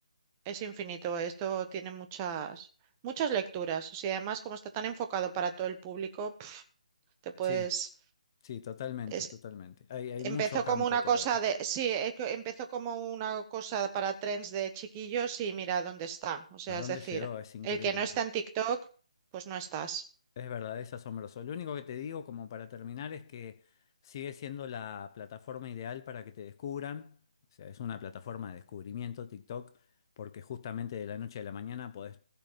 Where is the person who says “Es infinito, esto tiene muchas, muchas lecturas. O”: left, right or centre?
Right